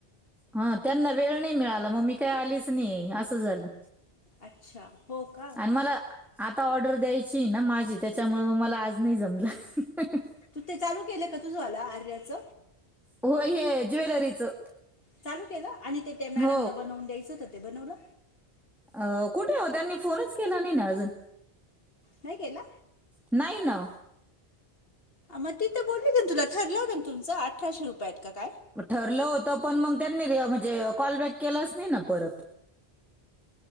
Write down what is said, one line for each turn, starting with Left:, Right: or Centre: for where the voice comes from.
Centre: हा त्यांना वेळ नाही मिळाला मग् मी काही आलीच नाही असं झालं.
Left: अच्छा हो. का
Centre: आणि मला आता ऑर्डर द्यायची, ना माझी त्याच्यामुळे मला आज नाही जमलं. <unintelligible>
Left: तू ते चालू केलं का तुझ आला आर्याच?
Centre: होय हे ज्वेलरीचं.
Left: चालू केलं आणि ते त्या मॅडमला
Centre: हो
Left: बनवून द्यायचं होतं ते बनवलं.
Centre: अ कुठे हो त्यांनी फोनच केला नाही ना अजून.
Left: नाही केला.
Centre: नाही ना.
Left: मग तिथं बोलली का ना तुला ठरलं होतं ना, तुमचं अठराशे रुपयात का काय?
Centre: ठरलं होत पण मग त्यांनी म्हणजे कॉल बॅक केलाच नाही ना परत.